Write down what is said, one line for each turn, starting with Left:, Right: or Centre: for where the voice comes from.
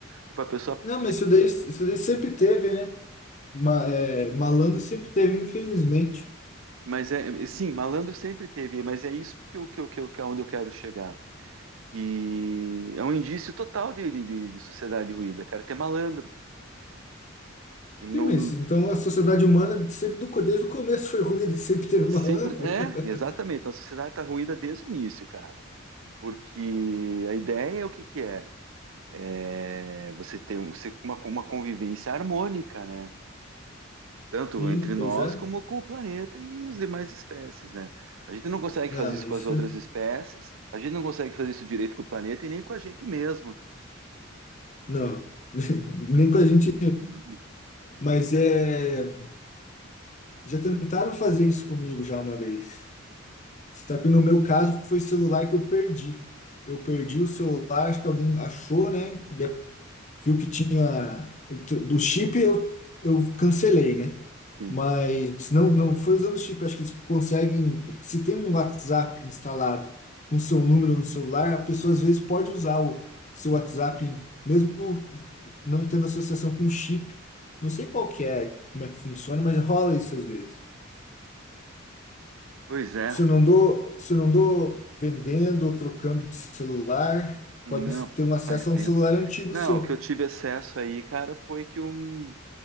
Right: Tipo, a pessoa
Left: Não, mas isso daí, isso daí sempre teve, né? Ma, é, malandro sempre teve, infelizmente.
Right: Mas é, sim, malandro sempre teve, mas é isso que, eu- que, eu- que, eu- que é onde eu quero chegar. Que é um indício total de, de, de- de sociedade ruída, cara. Ter malandro. Não,
Left: Sim, mas
Right: não-
Left: então a sociedade humana sempre do, co- desde o começo foi ruim, que sempre teve malandro.
Right: sempre. É,
Left: <laughs>
Right: exatamente. Então, a sociedade tá ruída desde o início, cara. Porque a ideia é o que, que é? É você ter um- você, uma, uma convivência harmônica, né? Tanto
Left: Sim,
Right: entre nós
Left: pois é.
Right: como com o planeta e os demais espécies, né? A gente não consegue
Left: Não,
Right: fazer isso
Left: mas
Right: com as outras espécies, a gente não consegue fazer isso direito com o planeta e nem com a gente mesmo,
Left: não. <laughs> Nem com a gente.
Right: Hum,
Left: Mas é. Já tentaram fazer isso comigo já uma vez. Só que no meu caso foi celular que eu perdi. Eu perdi o celular, acho que alguém achou, né? De- Viu que tinha do chip, eu, eu cancelei, né?
Right: Sim.
Left: Mas não, não foi usando o chip. Acho que eles conseguem. Se tem um WhatsApp instalado com seu número no celular, a pessoa às vezes pode usar o seu WhatsApp, mesmo não tendo associação com o chip. Não sei qual que é, como é que funciona, mas rola isso às vezes.
Right: Pois é.
Left: Se não dou, se não dou vendendo ou trocando de celular,
Right: Não,
Left: pode ter um acesso
Right: faz tempo.
Left: a um celular antigo
Right: Não,
Left: seu.
Right: o que eu tive acesso aí, cara, foi que um,